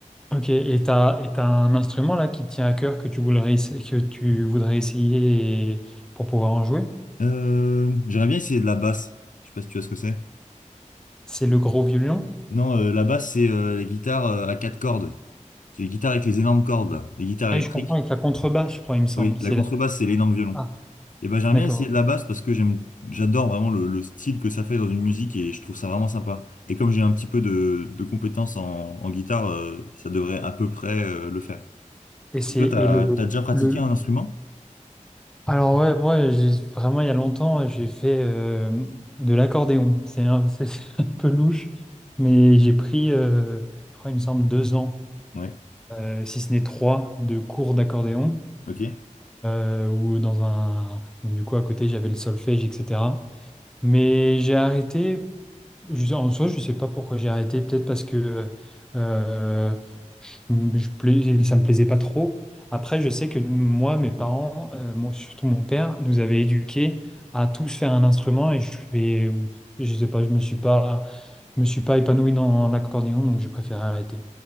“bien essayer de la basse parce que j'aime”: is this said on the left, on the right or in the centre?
Left